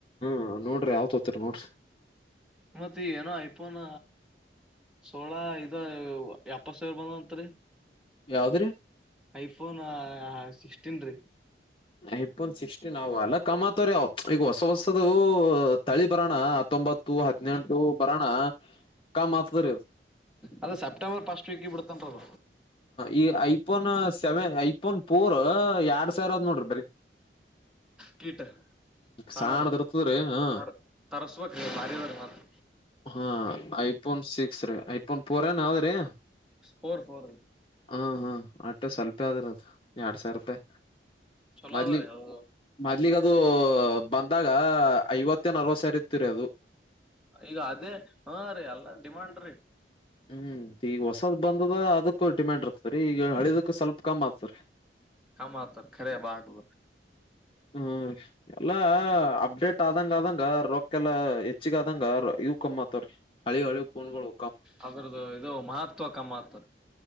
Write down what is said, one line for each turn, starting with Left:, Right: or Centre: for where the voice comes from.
Left: ಹಾ ನೋಡ್ರಿ ಯಾವತ್ ಹೋತರಿ ನೋಡ್ರಿ
Centre: ಮತ್ತೆ ಏನೋ ಐಫೋನ. ಅಲ್ಲ ಇದ ಎಪ್ಪತ್ ಸೇರ್ ಬಂದಂತ್ರಿ.
Left: ಯಾವ್ದ್ರಿ
Centre: ಐಫೋನ್ ಸಿಕ್ಸ್ಟೀನ್ ರೀ.
Left: ಐಫೋನ್ ಸಿಕ್ಸ್ಟೀನ್ ಅವ ಅಲ್ಲ ಕಮತರೀ ಅವ ಈಗ ಹೊಸ ಹೊಸದು ತಳಿ ಬರೋಣ ಅ <unintelligible> ತ್ತೊಂಬತ್ತು ಹದ್ನೆಂಟು ಬರೋಣ. ಕಮ್ ಆತದ್ರೀ
Centre: ಅದು ಸೆಪ್ಟೆಂಬರ್ ಫಸ್ಟ್ ವೀಕ್ಗೆ ಬಿಡತನ್ ಅವರು.
Left: ಈಗ ಐಫೋನ್ ಸೆವೆನ್ ಐಫೋನ್ ಫೋರ್ ಎರಡ್ ಸಾವಿರ ಆದ್ ನೋಡ್ರಿ ಬರಿ.
Centre: ಕೀಟ. ಸಾಣದು
Left: ಸಾಣದ ಇರ್ತದ್ರಿ ಹ
Centre: ತರ ತರಸ್ಬೇಕ್ ಬಾರಿ ಅದ ಮಾತ್ರ.
Left: ಹಾ ಐಫೋನ್ ಸಿಕ್ಸ್ ರೀ ಐಫೋನ್ ಫೋರ್ ಎನ್ ಹೌದ್ರೀ.
Centre: Four four.
Left: ಹಾ ಹಾ ಅಟೆ ಸ್ವಲ್ಪೇ ಆದಿರದು ಎರಡ್ ಸಾವಿರ ರೂಪಾಯಿ.
Centre: ಚಲೋ
Left: ಮೊದ್ಲಿಗೆ
Centre: ಅದ ರೀ ಅದು
Left: ಮೊದ್ಲಿಗದು ಬಂದಾಗ ಐವತ್ತು. <unintelligible> ಮ ಸವ್ರ ಇರ್ತೀರಿ ಅದು.
Centre: ಈಗ ಅದೇ ಹಾ ರೀ ಎಲ್ಲ ಡಿಮಾಂಡ್ ರೀ.
Left: ಹ್ಮ್ ಈಗ ಹೊಸದ್ ಬಂದದ ಅದಕ್ಕ ಡಿಮ್ಯಾಂಡ್ ಇರ್ತದರಿ ಈಗ ಹಳಿದಕ್ಕ ಸ್ವಲ್ಪ ಕಮ್ ಆತರಿ.
Centre: ಕಮ್ ಆತು ಖರೆ ಬಾಡು.
Left: ಹ್ಮ್ ಎಲ್ಲ ಅಪ್ಡೇಟ್ ಆದಂಗ ಆದಂಗ ರೊಕೆಲ್ಲ ಹೆಚ್ಚಿಗ ಆದಂಗ ಇ <unintelligible> ತ್ರರಿ ಹಳಿ ಹಳಿ ಪೋನ್ಗಳು.
Centre: ಅದ್ರದ್ದು ಇದು ಮಹತ್ವ ಕಮಾತ್.